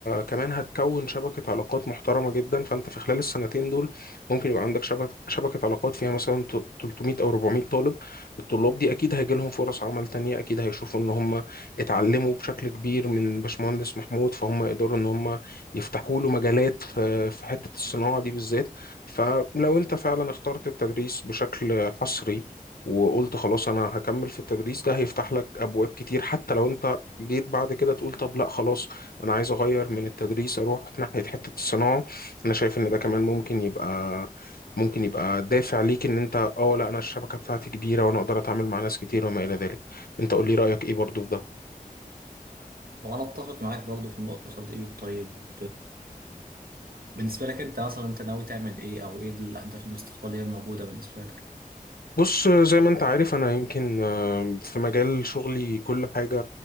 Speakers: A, on the left (about 80°); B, on the right (about 75°).
A: كمان هتكون شبكه علاقات محترمه جدا فانت في خلال السنتين دول ممكن يبقى عندك شبكه شبكه علاقات فيها مثلا ت- 300 او 400 طالب الطلاب دي اكيد هيجي لهم فرص عمل تانية اكيد هيشوفوا ان هم اتعلموا بشكل كبير من باشمهندس محمود فهم يقدروا ان هم يفتحوا له مجالات في في حته الصناعه دي بالذات فلو انت فعلا اخترت التدريس بشكل حصري وقلت خلاص انا هكمل في التدريس ده هيفتح لك ابواب كتير حتى لو انت جيت بعد كده تقول طب لا خلاص انا عايز اغير من التدريس اروح ناحية حتة الصناعة انا شايف ان ده كمان ممكن يبقى ممكن يبقى دافع ليك ان انت اه لا انا الشبكة بتاعتي كبيرة وانا اقدر اتعامل مع ناس كتير وما الى ذلك انت قول لي رأيك ايه برضو في ده
B: وانا اتفق معاك برضو في النقطة دي طيب بالنسبة لك انت مثلا انت ناوي تعمل ايه او ايه الاهداف المستقبلية الموجودة بالنسبة لك
A: بص زي ما انت عارف انا يمكن آه، في مجال شغلي كل حاجة